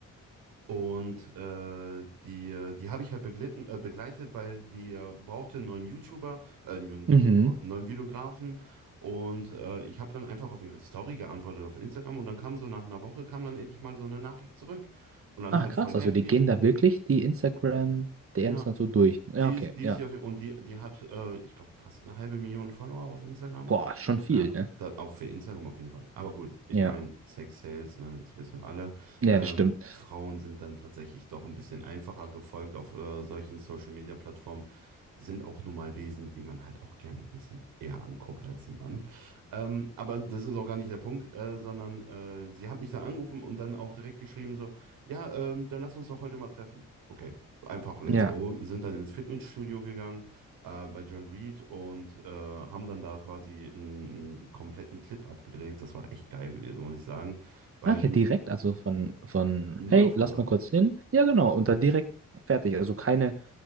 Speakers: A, on the right; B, on the right.
A: Und äh, die, äh, die habe ich halt beglitten, äh, begleitet, weil die äh, brauchte einen neuen YouTuber, äh, einen neuen YouTuber,
B: Mhm.
A: einen neuen Videografen. Und äh, ich habe dann einfach auf ihre Story geantwortet auf Instagram und dann kam so nach einer Woche, kam dann endlich mal so eine Nachricht zurück. Und dann
B: Ach
A: halt
B: krass,
A: voll happy.
B: also die gehen da wirklich die Instagram-DMs
A: Ja,
B: dann so durch. Ja,
A: die,
B: okay,
A: ist- die
B: ja.
A: ist hier auf, und die, die hat, äh, ich glaube, fast eine halbe Million Follower auf Instagram.
B: Boah, schon viel,
A: Ja,
B: ne?
A: da, auch für Instagram auf jeden Fall. Aber gut, ich
B: Ja,
A: meine, Sex Sales, ne, das wissen wir alle.
B: ja,
A: Ähm,
B: das stimmt.
A: Frauen sind dann tatsächlich doch ein bisschen einfacher gefolgt auf äh, solchen Social Media Plattformen sind auch nun mal Wesen, die man halt auch gerne ein bisschen eher anguckt als ein Mann. Ähm, aber das ist auch gar nicht der Punkt, äh, sondern äh, sie hat mich dann angerufen und dann auch direkt geschrieben so, ja, ähm, dann lass uns doch heute mal treffen. Okay, einfach let's
B: Ja.
A: go. Sind dann ins Fitnessstudio gegangen äh, bei John Reed und äh, haben dann da quasi einen, einen kompletten Clip abgedreht. Das war echt geil gewesen, muss ich sagen, weil
B: Ah, Okay,
A: du
B: direkt, also von, von,
A: null
B: hey,
A: auf
B: lass
A: hundert.
B: mal kurz hin. Ja, genau, und dann direkt fertig. Also keine,